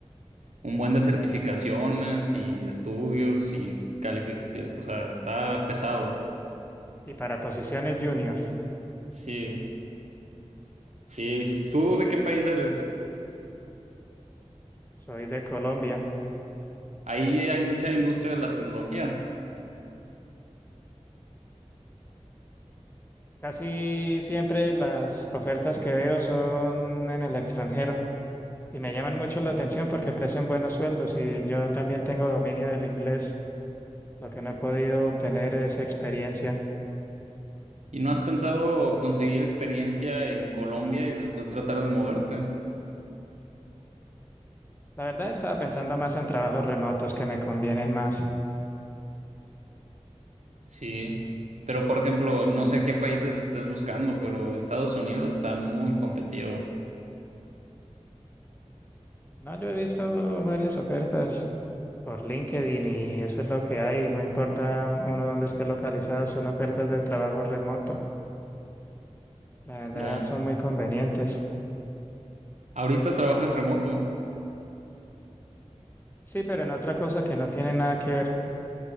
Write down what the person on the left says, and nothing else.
Y para posiciones junior,
soy de Colombia.
Casi siempre las ofertas que veo son en el extranjero y me llaman mucho la atención porque ofrecen buenos sueldos y yo también tengo dominio del inglés. Lo que no he podido obtener es experiencia.
La verdad estaba pensando más en trabajos remotos que me convienen más.
Sí.
No, yo he visto varias ofertas por LinkedIn y eso es lo que hay. No importa uno dónde esté localizado, son ofertas de trabajo remoto. La verdad
son muy convenientes.
Sí, pero en otra cosa que no tiene nada que ver.